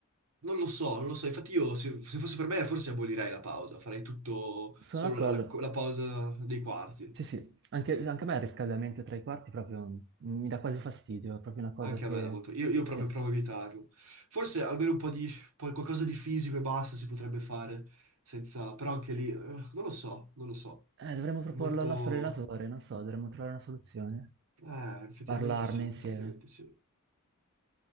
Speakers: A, on the right; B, on the right.
A: Non lo so, non lo so. Infatti io, se, se fosse per me, forse abolirei la pausa. Farei tutto,
B: Sono
A: solo
B: d'accordo.
A: la, la pausa dei quarti.
B: Sì, sì. Anche, anche a me il riscaldamento tra i quarti proprio mi dà quasi fastidio, è proprio una cosa
A: Anche
B: che...
A: a me da molto. Io, io proprio
B: Sì.
A: provo a evitarlo. Forse almeno un po' di poi qualcosa di fisico e basta si potrebbe fare senza. Però anche lì eh, non lo so, non lo so.
B: Eh, dovremmo proporlo
A: È molto.
B: al nostro allenatore, non so, dovremmo trovare una soluzione.
A: Eh, effettivamente
B: Parlarne
A: sì,
B: insieme.
A: effettivamente sì.